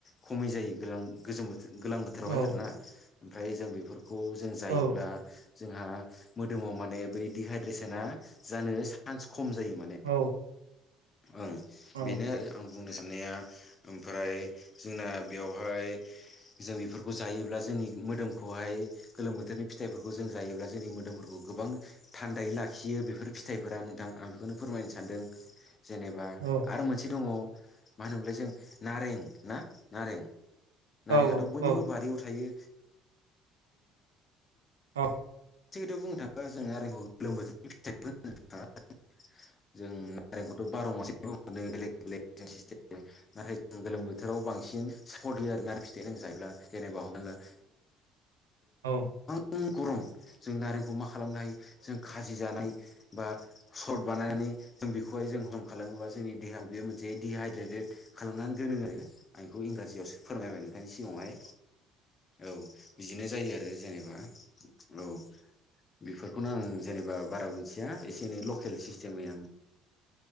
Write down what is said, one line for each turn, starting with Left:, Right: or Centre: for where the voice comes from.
Left: खमै जायो गोलां गोजों बोथो गोलां बोथोरावहाय
Right: औ
Left: आरोना ओमफ्राय जों बेफोर खौ जों जायोब्ला
Right: औ
Left: जोंहा मोदोमाव माने बै डहाइद्रेसना जानो सान्स खम जायो माने।
Right: औ
Left: ओं
Right: औ
Left: बेनो बुंनो साननाया ओमफ्राय जोंना बेयावहाय जों बेफोर खौ जायोब्ला जोंनि मोदोमखौहाय गोलोम बोथोरनि फिथाइफोरखौ जों जायोब्ला जोंनि मोदोमफोरखौ गोबां थान्दायै लाखियो बेफोर फिथाइफोरा नोंथां आं बेखौनो फोरमायनो सान्दों जेनेबा
Right: औ
Left: आरो मोनसे दङ मा होनोमोनलाय जों नारें ना। नारें नारें
Right: औ
Left: आथ' बयनिबो
Right: औ
Left: बारियाव थायो
Right: औ
Left: मोनसे खोथायाव बुंनो थाङोबा जों नारेंखौ गोलोम बोथोरनि फिथाइबो होननो थाङा जों नारेंखौथ' बार' मास <inaudible> मोनो बेलेग बेलेग सिस्टमजों नाथाय ओं गोलोम बोथोराव बांसिन सापर्ट होयो आरोना नारें फिथाइया जों जायोब्ला जेनेबा हमना ला
Right: औ
Left: <inaudible> गरम जों नारेंखौ मा खालामनो हायो जों खाजि जानाय बा सर्ट बानायनानै जों बेखौहाय जों हम खालामोबा जोंनि देहायाव बेयो मोनसे डिहाइड्रेट खालामनानै दोनो आरो आं बेखौ इंराजियावसो फोरमायबाय नों थांनि सिगाङावहाय औ बिदिनो जायो आरो जों एबा औ बेफोरखौनो आं जेनेबा बारा मिथिया एसे एनै लकेल सिस्टेमै आं